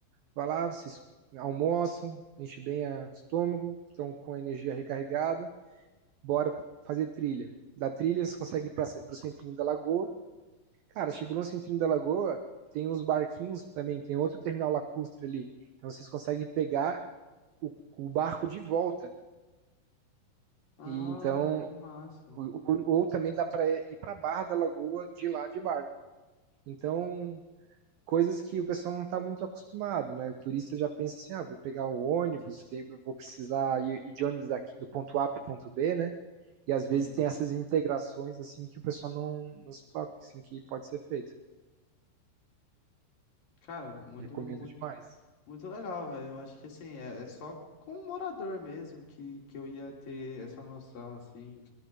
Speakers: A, on the right; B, on the left.
A: Vai lá, vocês almoçam, enche bem o estômago, estão com a energia recarregada. Bora fazer trilha. Da trilha você consegue ir para o centrinho da Lagoa Cara, chegou no centrinho da Lagoa, tem uns barquinhos também, tem outro terminal lacustre ali. Então vocês conseguem pegar o, o barco de volta.
B: Ah,
A: E então,
B: que massa.
A: ou, ou ou também dá para ir para a Barra da Lagoa de lá de barco. Então, coisas que o pessoal não está muito acostumado, né? O turista já pensa assim, ah, vou pegar o ônibus, tem- vou precisar ir ir de ônibus daqui do ponto A para o ponto B, né? E às
B: Sim.
A: vezes tem essas integrações assim que o pessoal não, não se toca, assim, que pode ser feito.
B: Cara, muito,
A: Recomendo
B: muito
A: demais.
B: Muito legal, velho. Eu acho que assim, é, é só com o morador mesmo que, que eu ia ter essa noção, assim.